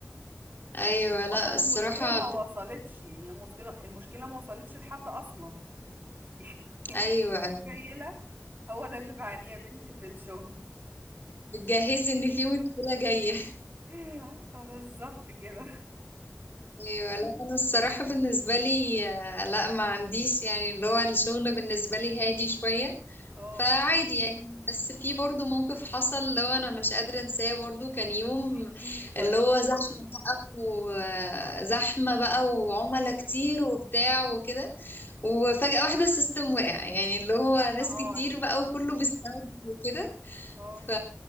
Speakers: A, on the left; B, on the right.
A: ايوه لا
B: أصلا
A: الصراحه
B: المشكلة ما
A: بت...
B: وصلتش يعني المشكلة المشكلة ما وصلتش لحد أصلا <laughs> انتي
A: ايوه
B: متخيلة
A: ايوه
B: هو ده اللي بعانيه يا بنتي في الشغل
A: بتجهزي ان في مشكله جايه
B: <laughs> بالظبط كده
A: <laughs> ايوه لا انا الصراحه بالنسبه لي آه، لا ما عنديش يعني اللي هو الشغل بالنسبه لي هادي شويه
B: اه
A: فعادي يعني بس في برضو موقف حصل لو انا مش قادرة انساه برضو كان يوم
B: احكيلي طيب
A: اللي هو زحمة بقى وزحمة بقى وعملاء كتير وبتاع وكده وفجأة واحدة السيستم وقع يعني اللي هو ناس
B: يا نهار
A: كتير بقى وكله بيستعد وكده
B: اه
A: ف-